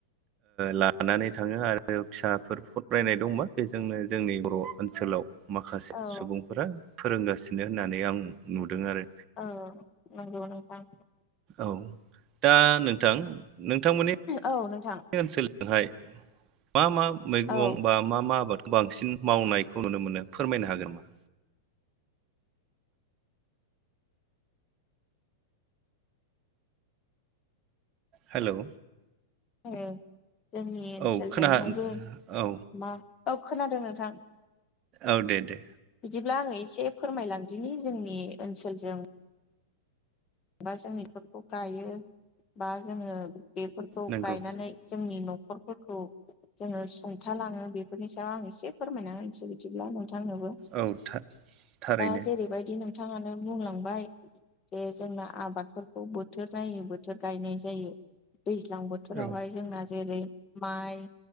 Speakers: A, on the right; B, on the left.
A: लानानै थाङो आरो फिसाफोर फरायनाय दंबा बेजोंनो जोंनि बर' ओनसोलाव माखासे
B: औ
A: सुबुंफोरा फोरोंगासिनो होननानै आं नुदों आरो
B: औ नोंगौ नोथां।
A: औ दा नोंथां नोंथांमोननि
B: औ नोंथां
A: ओनसोलजोंहाय मा मा मैगं
B: औ
A: बा मा मा आबाद बांसिन मावनायखौ नुनो मोनो फोरमायनो हागोन नामा? हेलौ
B: जोंनि ओनसोलजोंहायबो
A: औ खोनाहा औ
B: मा औ खोनादों नोंथां।
A: औ दे दे।
B: बिदिब्ला आङो एसे फोरमायलांदिनि जोंनि ओनसोलजों बा जों बेफोरखौ गायो बा जोङो बेफोरखौ
A: नंगौ
B: गायनानै जोंनि न'खरफोरखौ जोङो सुंथालाङो बेफोरनि सायाव आं एसे फोरमायना होनसै बिदिब्ला नों बिथांनोबो
A: औ था थारैनो
B: दा जेरैबायदि नों नोंथाङानो बुंलांबाय जे जोंना आबादफोरखौ बोथोर नायै बोथोर गायनाय जायो। दैज्लां बोथोरावहाय
A: औ
B: जोंना जेरै माइ